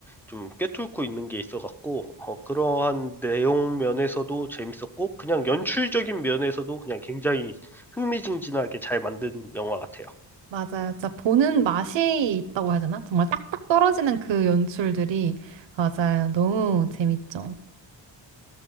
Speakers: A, in the centre; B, on the right.
A: 좀 꿰뚫고 있는 게 있어갖고 어, 그러한 내용 면에서도 재밌었고 그냥 연출적인 면에서도 그냥 굉장히 흥미진진하게 잘 만든 영화 같아요.
B: 맞아요. 진짜 보는 맛이 있다고 해야 되나? 정말 딱딱 떨어지는 그 연출들이 맞아요. 너무 재밌죠.